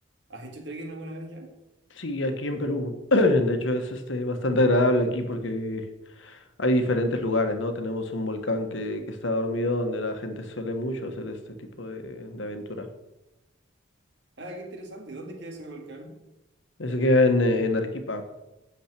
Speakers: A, on the right; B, on the left.
A: ¿Has hecho trekking alguna vez ya?
B: Sí, aquí en Perú. <clears throat> De hecho, es este, bastante agradable aquí porque hay diferentes lugares, ¿no? Tenemos un volcán que, que está dormido donde la gente suele mucho hacer este tipo de, de aventura.
A: Ah, qué interesante. ¿Y dónde queda ese volcán?
B: Ese queda en, eh, en Arequipa,